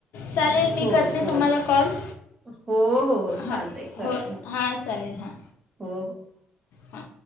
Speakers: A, on the left; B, on the right.
A: चालेल मी
B: हो
A: करते.
B: हो
A: तुम्हाला कॉल.
B: हो हो हो... चालतय
A: हां
B: चायतय बर
A: हो
B: हं हो
A: हां चालेल हां
B: हो हो.
A: हां